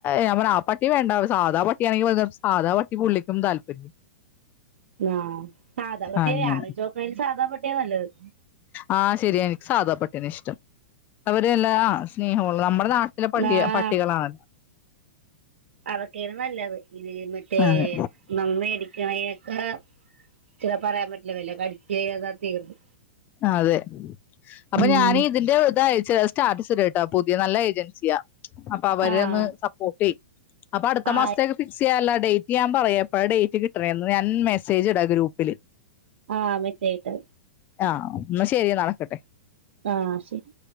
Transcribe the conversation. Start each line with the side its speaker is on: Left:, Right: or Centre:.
Left: ഞാ പറഞ്ഞു ആഹ് പട്ടി വേണ്ടാ ഒര് സാധാ പട്ടി ട്ടിയാണെങ്കി <unintelligible> സാധാ പട്ടി പുള്ളിക്കും താല്പര്യം
Right: ആഹ് സാധാ പട്ടിയ
Left: അങ്ങനെ
Right: ആലോയ്ച്ചോക്കാണെങ്കി സാധാ പട്ടിയ നല്ലത്
Left: ആഹ് ശരിയ എനിക്ക് സാധാ പട്ടിനെ ഇഷ്ടം അവരല്ല ആഹ് സ്നേഹവുള്ള നമ്മടെ നാട്ടി <unintelligible>
Right: ആഹ്
Left: പട്ടികളാണ്
Right: അതൊക്കെയാണ് നല്ലത് ഇത് മറ്റേ
Left: അതെ
Right: നാം മേടി കിണയക്ക്‌ ചില പറയാൻ പറ്റില്ല വല്ല കടിച്ചേന്നാ തീർന്നു
Left: അതെ അപ്പൊ
Right: ഉം
Left: ഞാന് ഇതിന്റെ ഇതയച്ച അഹ് സ്റ്റാറ്റസ്ട്ട്ടോ പുതിയ നല്ല ഏജൻസിയാ അപ്പൊ അവരെയൊന്ന്
Right: ആഹ്
Left: സപ്പോർട്ട്യ്യ് അപ്പൊ അടുത്ത
Right: ആഹ്
Left: മാസത്തേക്ക് ഫിക്സീയ്യാലോ ഡേറ്റ് ഞാൻ പറയാ എപ്പഴാ ഡേറ്റ് കിട്ടണേന്ന് ഞാൻ മെസ്സേജ് ഇടാ ഗ്രൂപ്പില്
Right: ആഹ് <unintelligible>
Left: ആഹ് ന്നാ ശരി നടക്കട്ടെ
Right: ആഹ് ശരി